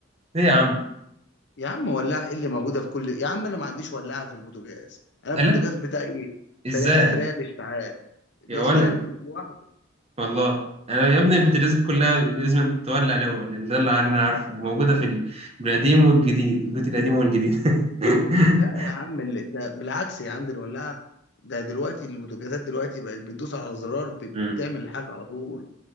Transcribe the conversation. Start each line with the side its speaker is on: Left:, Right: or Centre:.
Right: ايه يا عم
Left: يا عم ولاعة ايه اللي موجودة في كل يا عم انا ما عنديش ولاعة في البوتاجاز انا البوتاجاز
Right: لا
Left: بتاعي
Right: ازاي
Left: سريع سريع الاشتعال بيشتغل
Right: يا ولا
Left: لوحده
Right: والله انا يا ابني البوتاجازات كلها لازم تولع الاول لان ده اللي انا عارفه موجوده في ال- القديم والجديد البيوت القديمه والجديد <laughs>
Left: لا يا عم ال- ده بالعكس يا عم ده الولاعة ده دلوقتي البوتاجازات دلوقتي بقت بتدوس على زرار بتعمل
Right: امم
Left: الحاجة على طول